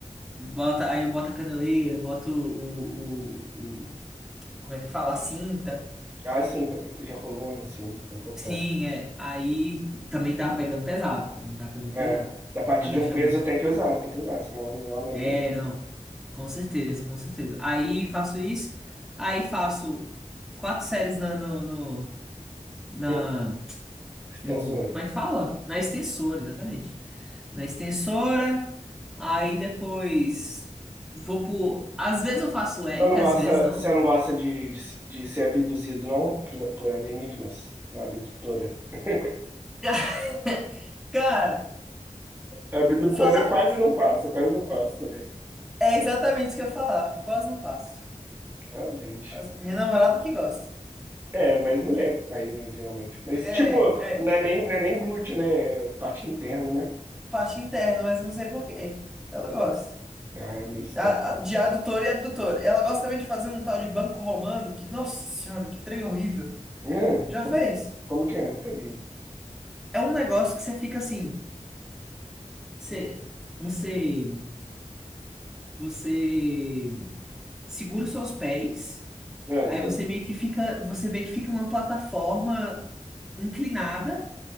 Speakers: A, in the centre; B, on the right (about 20°).
A: Bota, aí eu boto a caneleira, boto o, o, o- como é que fala? A cinta.
B: Ah, sim, pra proteger a coluna, sim, é importante.
A: Sim, é. Aí também tava pegando pesado, também tava pegando
B: É.
A: pesado
B: Da parte
A: no agachamento.
B: de um peso tem que usar, tem que usar, senão lesiona ali.
A: É, não. Com certeza, com certeza. Aí faço isso. Aí faço quatro séries na, no, no, na,
B: Hum, extensor.
A: no. Como é que fala? Na extensora, exatamente. Na extensora. Aí depois vou por. Às vezes eu faço leg,
B: Você não gosta,
A: às vezes não.
B: você não gosta de, de, de ser abduzido, não? Por, por alienígenas, na abdutora. <laughs>
A: <laughs> Cara,
B: Abdutor
A: falar
B: eu quase não faço, eu quase não faço também,
A: é exatamente isso que eu ia falar. Quase não faço.
B: realmente
A: Quase- Minha namorada que gosta.
B: É, mas mulher faz, né, geralmente. Mas,
A: É,
B: tipo,
A: é
B: não é nem, não é nem glúteo, né? É Parte interna, né?
A: parte interna, mas não sei por quê. Ela gosta.
B: Ah, é meio estranho.
A: A- a- De adutor e abdutor. Ela gosta também de fazer um tal de banco romano, que, nossa senhora, que trem horrível.
B: Hum,
A: Já
B: como,
A: fez?
B: como que é? Nunca vi.
A: É um negócio que você fica assim, você, você, você segura os seus pés,
B: Ah,
A: aí
B: tá-
A: você meio que fica, você meio que fica numa plataforma inclinada,